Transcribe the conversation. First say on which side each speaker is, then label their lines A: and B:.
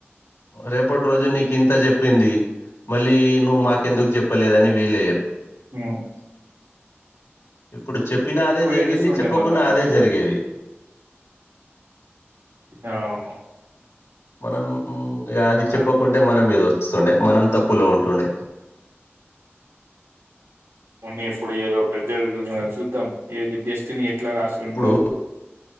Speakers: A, on the left; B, on the right.
A: రేపటి రోజు నీకు ఇంత చెప్పింది మళ్ళీ నువ్వు మాకెందుకు చెప్పలేదని వీలే
B: మ్మ్
A: ఇప్పుడు చెప్పినా అదే జరిగింది
B: ఏడుస్తుండే
A: చెప్పకున్నా
B: మళ్ళా నీ
A: అదే
B: మీద
A: జరిగేది
B: అవును
A: మనం అ్యది చెప్పకుంటే
B: ఆ
A: మనం
B: ఏ-
A: ఇద వస్తుండే మనం తప్పులో ఉంటుండే
B: మన్ని ఎప్పుడు ఏదో ఒక జరుగు చూద్దాం ఏది డెస్టినీ ఎట్లా రాసిందో
A: ఇప్పుడు